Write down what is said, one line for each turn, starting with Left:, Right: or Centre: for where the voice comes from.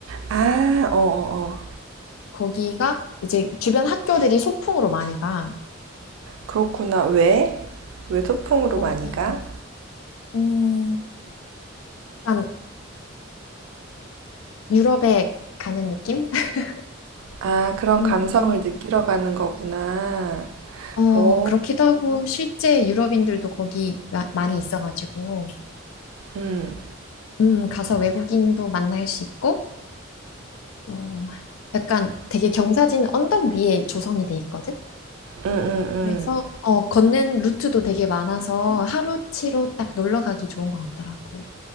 Right: 아, 어어어.
Left: 거기가 이제 주변 학교들이 소풍으로 많이 가.
Right: 그렇구나. 왜? 왜 소풍으로
Left: 거기가
Right: 많이 가?
Left: 음, 약간 유럽에 가는 느낌? <laughs>
Right: 아, 그런
Left: 음.
Right: 감성을 느끼러 가는 거구나.
Left: 어,
Right: 어,
Left: 그렇기도 하고, 실제 유럽인들도 거기 마- 많이 있어가지고,
Right: 음,
Left: 음, 가서 외국인도 만날 수 있고, 또 약간 되게 경사진 언덕 위에 조성이 돼 있거든?
Right: 음, 음, 음.
Left: 그래서, 어, 걷는 루트도 되게 많아서 하루치로 딱 놀러 가기 좋은 것 같더라고.